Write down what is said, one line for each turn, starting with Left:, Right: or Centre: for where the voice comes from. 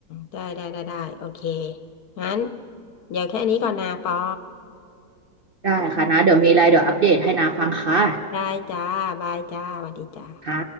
Left: ได้ได้ได้ได้โอเคงั้นเดี๋ยวแค่นี้ก่อนนะปอ
Right: ได้ค่ะนะเดี๋ยวมีอะไรเดี๋ยวอัปเดตให้นาฟังค่ะ
Left: ครับได้จ้าบายจ้าสวัสดีจ้า
Right: ค่ะ